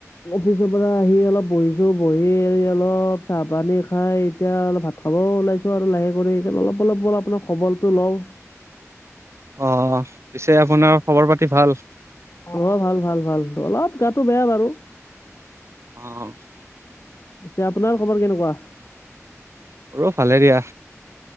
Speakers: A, on the left; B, on the right.
A: অফিচৰ পৰা আহি অলপ বহিছো, বহি অলপ চাহ পানী খাই এতিয়া অলপ ভাত খাব ওলাইছোঁ আৰু লাহে কৰি অলপ অলপ বল আপোনাৰ খবৰটো লওঁ।
B: অঁ' পিছে আপোনাৰ খবৰ পাতি ভাল?
A: অঁ' ভাল ভাল ভাল, অলপ গাটো বেয়া বাৰু।
B: অঁ।
A: পিছে আপোনাৰ খবৰ কেনেকুৱা?
B: মোৰো ভালে দিয়া।